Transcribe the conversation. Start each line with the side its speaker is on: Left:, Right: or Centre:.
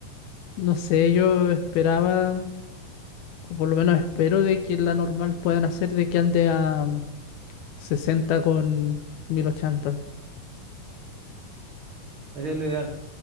Left: no sé, yo esperaba, o por lo menos espero de que la normal puedan hacer de que ande a mm, 60 con mil ochenta
Right: <laughs> Sería lo ideal.